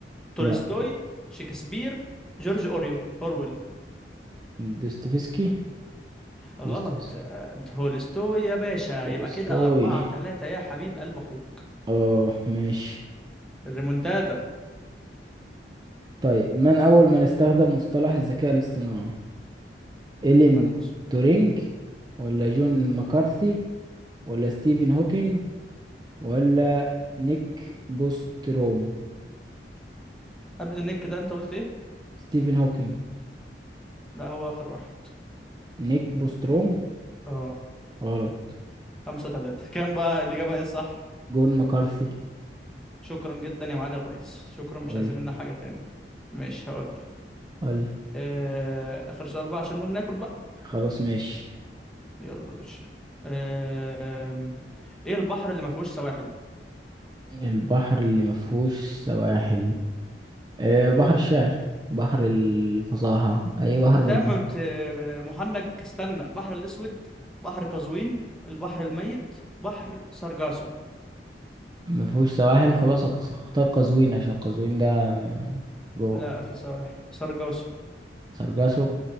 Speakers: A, in the centre; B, on the right.
A: تولستوي
B: لا
A: شكسبير جورج أوريول أورويل
B: دوستويفسكي
A: غلط
B: دوستويفسكي
A: آه، تولستوي يا باشا
B: تولستوي
A: يبقى كده أربعة تلاتة يا حبيب قلب أخوه
B: اه ماشي
A: الريمونتادا
B: طيب من أول من استخدم مصطلح الذكاء الاصطناعي إلين
A: يا لهوي
B: تورينج ولا جون مكارثي ولا ستيفن هوكينج ولا نيك بوستروم
A: قبل النك ده أنت قلت إيه؟
B: ستيفن هوكينج
A: لا هو آخر واحد
B: نيك بوستروم
A: أه
B: غلط
A: خمسة تلاتة كام بقى الإجابة إيه الصح؟
B: جون مكارثي
A: شكرا جدا يا معالي الرئيس شكرا مش
B: قول
A: عايزين منا حاجة تاني مش هقول لك
B: قول
A: آه، آخر سؤال بقى عشان نقوم ناكل بقى
B: خلاص ماشي
A: يلا يا باشا آه، إيه البحر اللي ما فيهوش سواحل؟
B: البحر اللي مفهوش سواحل أه بحر الشعر بحر الفصاحة أي بحر
A: انت
B: من
A: اما
B: البحر
A: بت... محنك استنى البحر الاسود بحر قزوين البحر الميت بحر سرجاسو
B: مفهوش سواحل خلاص أقت- اختار قزوين عشان قزوين ده جوه
A: لا في سواحل سرجاسو
B: سرجاسو